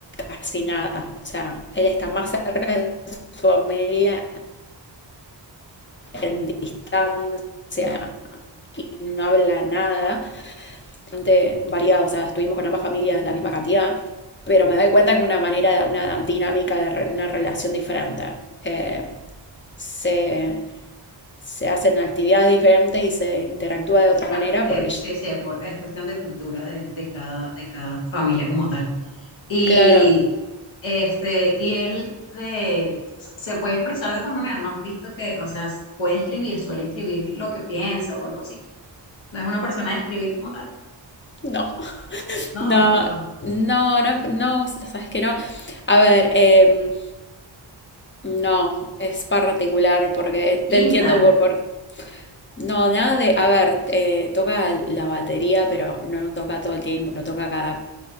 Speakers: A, on the left (about 25°); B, on the left (about 85°).
A: casi nada. O sea, él está más cerca de su familia en distancia y no habla nada. Bastante variado, o sea, estuvimos con ambas familias la misma cantidad, pero me doy cuenta que una manera, una dinámica de re- una relación diferente. Eh, se, se hacen actividades diferentes y se interactúa de otra
B: Claro,
A: manera
B: eh,
A: porque,
B: sí, sí, pues, es cuestión de cultura de, de cada, de cada familia como tal. Y,
A: claro,
B: este, y él de, se puede expresar de otra manera, ¿no has visto que, o sea, puede escribir, suele escribir lo que piensa o algo así? No es una persona de escribir como tal.
A: no, <laughs>
B: No,
A: no,
B: wow.
A: no, no, no, sabes que no. A ver, em, No, es particular porque
B: Pinta,
A: te entiendo por, por... No, nada de... A ver, eh, toca la batería, pero no lo toca todo el tiempo, lo toca cada